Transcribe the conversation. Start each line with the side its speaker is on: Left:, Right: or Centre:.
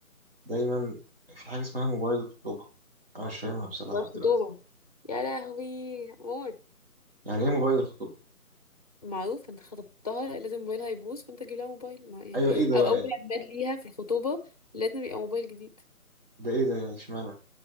Right: دايما في حاجه اسمها موبايل الخطوبه انا مش فاهمها بصراحه
Left: والخطوبة
Right: لحد دلوقتي
Left: يا لهوي موت
Right: يعني ايه موبايل الخطوبه
Left: معروف انت خطبتها لازم موبايلها يبوظ فانت تجيب لها موبايل ما يعني
Right: ايوه ايه ده
Left: او
Right: بقى
Left: اول
Right: يعني؟
Left: عيد ليها في الخطوبة لازم يبقى موبايل جديد
Right: ده ايه ده يعني اشمعنى